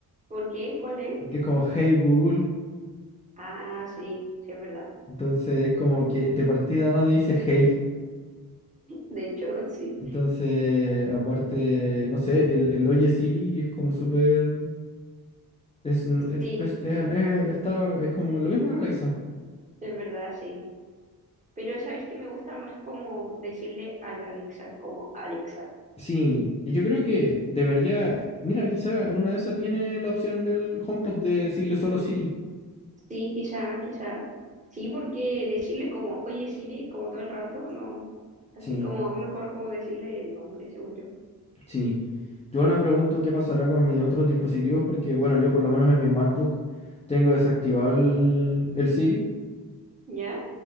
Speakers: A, on the right (about 20°); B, on the left (about 20°).
A: ¿por qué? ¿Cuál es?
B: porque es como, hey Google.
A: Ah, sí, sí es verdad.
B: Entonces es como que de partida nadie dice hey.
A: De hecho, <laughs> sí.
B: Entonces, aparte, no sé, el, el Oye Siri es como súper... Es, eh,
A: Sí,
B: pues, es, eh, está- es como lo mismo que la Alexa.
A: es verdad, sí. Pero ¿sabéis que me gusta más como decirle a la Alexa, como Alexa?
B: Sí, y yo creo que debería... Mira, quizá en una de esas tiene la opción el HomePod de decirle solo Siri.
A: Sí, quizá, quizá. Sí, porque decirle como, oye Siri, como todo el rato, no. Así
B: Sí,
A: como es mejor como decirle el nombre, según yo.
B: sí. Yo me pregunto qué pasará con mis otros dispositivos porque, bueno, yo por lo menos en mi MacBook tengo desactivado el, el Siri.
A: ¿Ya?